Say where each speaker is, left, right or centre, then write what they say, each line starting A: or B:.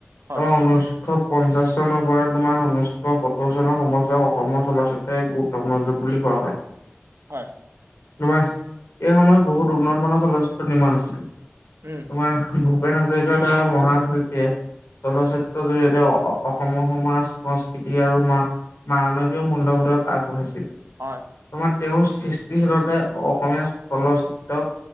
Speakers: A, on the right (about 80°); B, on the left (about 90°).
A: হয়
B: তোমাৰ উনৈছ শ- পঞ্চাশ চনৰ পৰা তোমাৰ, ঊনৈছশ সত্তৰ চনৰ সময়চোৱা অসমৰ চলচ্চিত্ৰে গোট তগ্ন যুগ বুলি কোৱা হয়।
A: হয়।
B: তোমাৰ এই সময়ত বহুত উন্নত মানৰ চলচিত্ৰ নিৰ্মাণ আছিল।
A: উম।
B: তোমাৰ ভূপেন হাজৰিকাৰ দ্বাৰা মহান শিল্পীয়ে। চলচিত্ৰৰ জৰিয়তে অ অ অসমৰ সমাজ সংস্কৃতি আৰু মাহ মানৱীয় মূল্যবোধক আগবাঢ়িছিল।
A: হয়।
B: তোমাৰ তেওঁৰ সৃষ্টিশীলতাই অসমীয়া চলচিত্ৰক